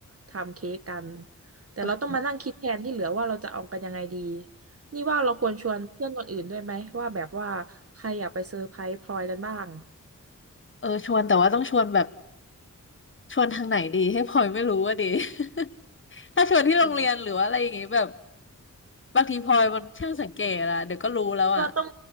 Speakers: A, on the right; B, on the left.
A: ทำเค้กกัน แต่เราต้องมานั่งคิดแทนที่เหลือว่าเราจะเอากันยังไงดี
B: เออ
A: นี่ว่าเราควรชวนเพื่อนคนอื่นด้วยไหมว่าแบบว่าใครอยากไปเซอร์ไพรส์พลอยกันบ้าง
B: เออชวนแต่ว่าต้องชวนแบบชวนทางไหนดีให้พลอยไม่รู้ว่าดี <laughs> ถ้าชวนที่โรงเรียนหรือว่าอะไรอย่างงี้แบบ
A: เออ
B: บางทีพลอยมันช่างสังเกตอะเดี๋ยวก็รู้แล้วอ่ะ
A: ว่าต้อง